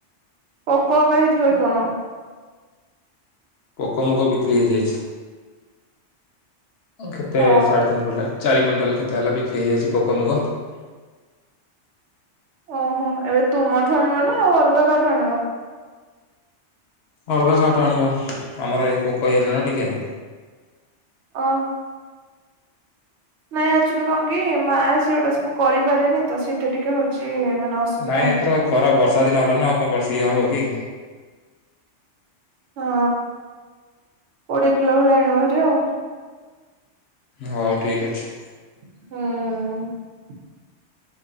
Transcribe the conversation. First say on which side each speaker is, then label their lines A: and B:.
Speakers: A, on the right; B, on the left.
A: ପୋକ ହୋକ ହେଇଯିବକି କଣ?
B: ପୋକ ମୁଗ ବିକ୍ରି ହେଇଯାଇଛି। କେତେ
A: ହଉ
B: ସାଢ଼େ ତିନି କୁଇଣ୍ଟାଲ ଚାରି କୁଇଣ୍ଟାଲ କେତେ ହେଲା ବିକ୍ରି ହେଇଯାଇଛି ପୋକ ମୁଗ।
A: ଓହୋ ଏବେ ତୁମଠୁ ଆଣିବ ନା ଆଉ ଅଲଗା କାହାଠୁ ଆଣିବ?
B: ଅଲଗା କାହାଠୁ ଆଣିବା ଆମର ଏଇ ପୋକ ହେଇଯାଇଥିଲା ନା ଟିକେ।
A: ଅ। ନାଇଁ ଆଚୁଆଲି କଣ କି ମା ସେ ଗୋଟେ ସବୁ କରିପାରେନି ତ ସେଇଟା ଟିକେ ହଉଛି ମାନେ ଅସୁବିଧା
B: ନାଇଁ ଏଥର ଆଉ ଖରାପ ବର୍ଷା ଦିନ ହେଲା ନା ଆଉ କଣ ବର୍ଷା ଇଏ ହବ କି?
A: ହଁ କୋଡିଏ କିଲୋ ଭଳି ଆଣିବ ଘରେ ଆଉ।
B: ହଉ ଠିକ୍ ଅଛି।
A: ହୁଁ।